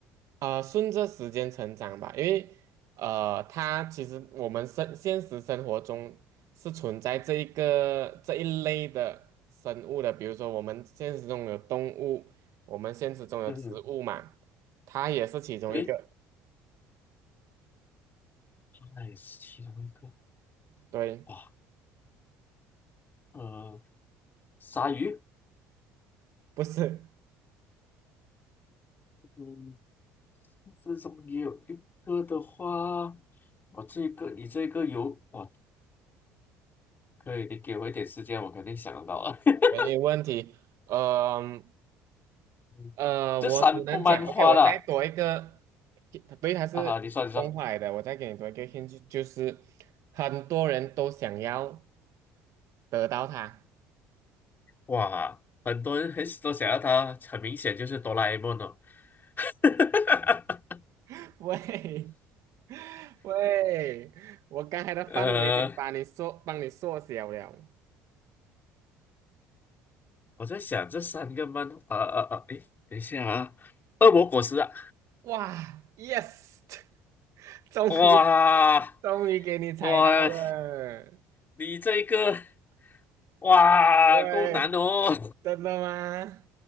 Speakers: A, on the right; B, on the left.
A: 呃，顺着时间成长吧，因为呃，它其实我们生现实生活中是存在这一个这一类的生物的，比如说我们现实中有动物，我们现实中有植物嘛，
B: 嗯
A: 它也是其中一个。
B: 诶，那哎，是其中一个，
A: 对，
B: 哇，呃，鲨鱼，
A: 不是，
B: 嗯，这中也有一个的话，我这个你这个有，哇，可以，你给我一点时间，我肯定想得到了。<laughs>
A: 没有问题。呃
B: 嗯这三部漫画了
A: 呃，我只能讲，OK，我再多一个，对，它是动画来的，
B: 啊，你说你说，
A: 我再给你多一个 hint，就就是很多人都想要得到它。
B: 哇，很多人很都想要它，很明显就是哆啦 A 梦哦。<laughs> 哈哈哈
A: <laughs> 喂喂，我刚才的范围已经把你缩，
B: 呃，
A: 帮你缩小了。
B: 我在想这三个漫，呃呃呃，诶，等一下啊，恶魔果实啊，
A: 哇，yes，<laughs> 终于
B: 哇
A: 终于给你猜到了。
B: 哇，你这个哇够难哦
A: 喂，真的吗？